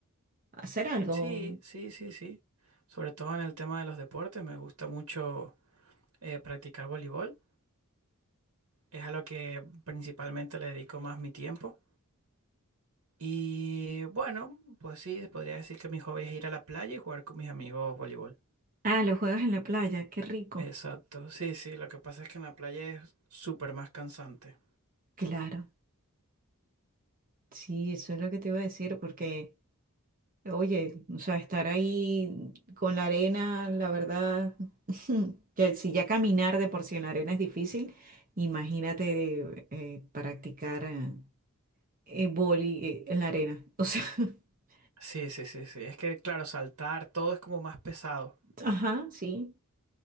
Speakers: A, on the right; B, on the right.
A: hacer algo?
B: Sí, sí, sí, sí. Sobre todo en el tema de los deportes, me gusta mucho eh, practicar voleibol. Es a lo que principalmente le dedico más mi tiempo. Y bueno, pues sí, podría decir que mi hobby es ir a la playa y jugar con mis amigos voleibol.
A: Ah, los juegos en la playa, qué rico.
B: Exacto, sí, sí, lo que pasa es que en la playa es súper más cansante.
A: Claro, sí, eso es lo que te iba a decir, porque Oye, o sea, estar ahí con la arena, la verdad, <laughs> ya- si ya caminar de por sí en la arena es difícil, imagínate eh, practicar eh, eh, vóley, eh, en la arena. O sea, <laughs>
B: Sí, sí, sí, sí. Es que, claro, saltar, todo es como más pesado.
A: ajá, sí,